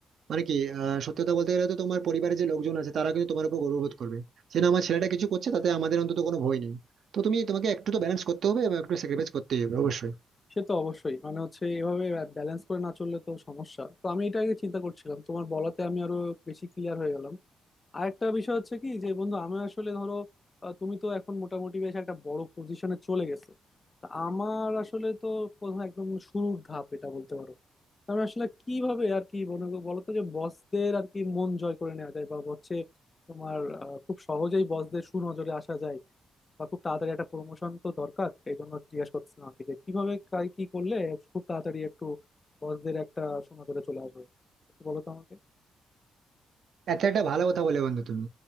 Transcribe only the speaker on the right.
মানে কি আহ, সত্যি কথা বলতে গেলে তো তোমার পরিবারের যে লোকজন আছে তারা কিন্তু তোমার উপর গর্ববোধ করবে যে না আমার ছেলেটা কিছু করছে তাতে আমাদের অন্তত কোনো ভয় নেই তো তুমি তোমাকে একটু তো ব্যালেন্স করতে হবে এবং একটু স্যাক্রিফাইস করতে হবে অবশ্যই
আচ্ছা একটা ভালো কথা বলে বন্ধু তুমি